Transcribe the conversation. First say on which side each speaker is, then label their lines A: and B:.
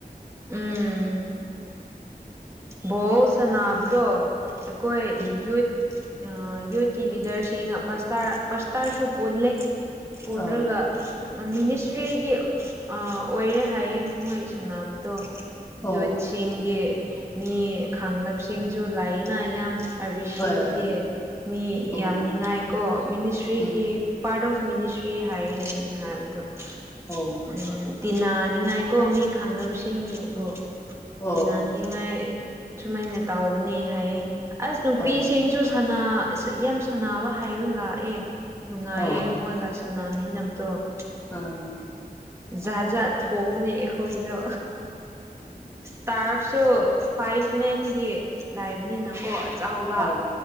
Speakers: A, on the right; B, on the left.
A: ꯎꯝ ꯕꯣꯜ ꯁꯅꯥꯕꯗꯣ ꯑꯩꯈꯣꯏ
B: ꯎꯝ
A: ꯌꯨꯠ ꯑ ꯌꯨꯠꯀꯤ ꯂꯤꯗꯔꯁꯤꯡ ꯄꯁꯇꯥꯔ ꯄꯁꯇꯥꯔꯁꯨ ꯄꯨꯜꯂꯦ ꯎꯅꯒ
B: ꯑꯥ
A: <inaudible> ꯃꯤꯅꯤꯁꯇ꯭ꯔꯤꯒꯤ ꯑꯣꯏꯔꯦ ꯍꯥꯏꯌꯦ ꯃꯣꯏ ꯁꯥꯟꯅꯕꯗꯣ
B: ꯑꯣ
A: ꯌꯨꯠꯁꯤꯡꯒꯤ ꯃꯤ ꯈꯪꯅꯕꯁꯤꯡꯁꯨ ꯂꯥꯏꯅꯥ ꯌꯥꯝ ꯑꯥꯔꯕꯤ ꯁꯤꯗꯗꯤ
B: ꯍꯣꯏ ꯍꯣꯏ
A: ꯃꯤ
B: ꯎꯝ
A: ꯌꯥꯝ ꯉꯥꯏꯀꯣ ꯃꯤꯅꯤꯁꯇ꯭ꯔꯤꯒꯤ
B: ꯎꯝ
A: ꯄꯥꯔꯠ ꯑꯣꯐ ꯃꯤꯅꯤꯁꯇ꯭ꯔꯤ ꯍꯥꯏꯌꯦꯅ ꯍꯥꯏꯕꯗꯣ
B: ꯍ <unintelligible>
A: ꯎꯝ ꯇꯤꯟꯅꯅꯤꯡꯉꯥꯏꯀꯣ ꯃꯤ ꯈꯪꯗꯕꯁꯤꯡꯗꯨꯕꯨ
B: ꯑꯣ
A: ꯇꯤꯟꯅꯅꯤꯡꯉꯥꯏ ꯁꯨꯃꯥꯏꯅ ꯇꯥꯎꯕꯅꯦ ꯍꯥꯏꯌꯦ ꯑꯁ ꯅꯨꯄꯤꯁꯤꯡꯁꯨ
B: ꯑꯣ
A: ꯌꯥꯝ ꯁꯅꯕ ꯍꯥꯏꯕ ꯂꯥꯛꯑꯦ ꯅꯨꯡꯉꯥꯏꯌꯦ
B: ꯑꯣ
A: ꯃꯣꯏꯒ ꯁꯥꯟꯅ ꯃꯤ ꯅꯝꯗꯣ <inaudible>
B: ꯑ <unintelligible> <inaudible>
A: ꯖꯥꯠ ꯖꯥꯠ ꯊꯣꯡꯕꯅꯦ ꯑꯩꯈꯣꯏꯗꯣ ꯇꯔ ꯇꯣ ꯐꯥꯏꯚ ꯃꯦꯟꯒꯤ ꯂꯥꯏꯕꯅꯤꯅꯀꯣ ꯆꯥꯎꯕ
B: ꯑꯥ